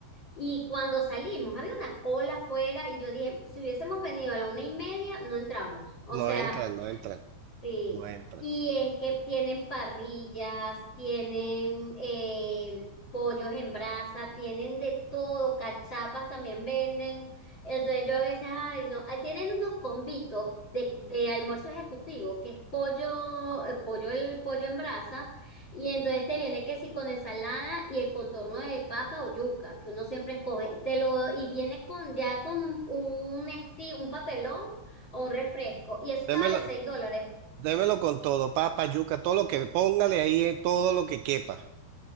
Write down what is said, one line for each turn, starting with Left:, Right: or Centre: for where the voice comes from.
Left: y cuando salimos había una cola afuera y yo dije, si hubiésemos venido a la una y media, no entramos. O sea,
Right: No entran, no entran,
Left: Sí,
Right: no entran.
Left: y es que tienen parrillas, tienen eh, pollos en brasa, tienen de todo, cachapas también venden. Entonces yo a veces, ay, no, ah, tienen unos convitos de, de almuerzo ejecutivo, que es pollo, eh, pollo, el pollo en brasas, y entonces te viene que sí con ensalada y el contorno de papa o yuca, que uno siempre escoge, y te lo, y viene con ya con un, un, esti- un papelón o un refresco. Y eso estaba
Right: Démelo,
Left: vale 6 dólares.
Right: démelo con todo, papa, yuca, todo lo que póngale ahí, eh, todo lo que quepa.